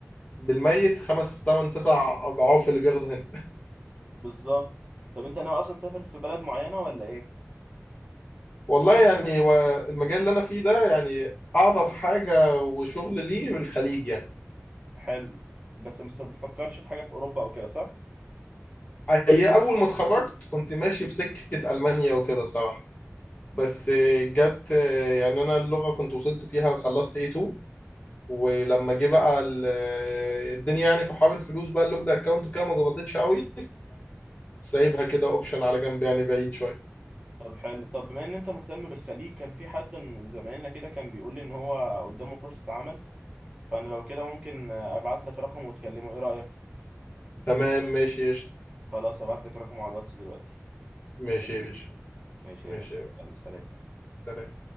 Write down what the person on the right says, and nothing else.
بالظبط طب انت ناوي اصلا تسافر في بلد معينة ولا ايه؟
حلو بس بس ما بتفكرش في حاجة في أوروبا أو كده صح؟
طب حلو طب بما إن أنت مهتم بالخليج كان في حد من زمايلنا كده كان بيقول لي إن هو قدامه فرصة عمل فأنا لو كده ممكن أبعت لك رقمه وتكلمه إيه رأيك؟
خلاص أبعت لك رقمه على الواتس دلوقتي
ماشي؟
ماشي يا
باشا
يلا سلام